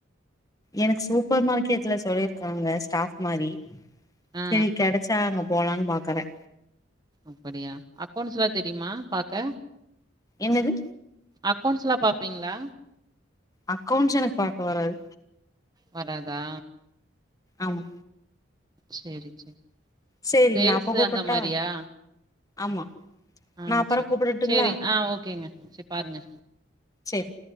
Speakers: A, on the left (about 15°); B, on the right (about 20°).
A: எனக்கு சூப்பர் மார்க்கெட்ல சொல்லிருக்காங்க ஸ்டாப் மாரி
B: ஆ ஆ
A: செரி கெடைச்சா அங்க போலான் பாக்கறே
B: அப்படியா அக்கோண்ட்ஸ்ல்லா தெரிமா பாக்க
A: என்னது
B: அக்கோண்ட்ஸ்லா பாப்பீங்ளா
A: அக்கௌண்ட்ஸ் எனக்கு பாக்க வராது
B: வராதா
A: ஆமா
B: செரி செரி
A: சேரிங்க
B: சேல்ஸு
A: நா அப்ப கூப்பட்டா
B: அந்த மாரியா
A: ஆமா
B: ஆ
A: நா அப்பறோ
B: செரி
A: கூப்புடட்டுங்களா
B: செரி ஆ ஓகேங்க செரி பாருங்க
A: செர்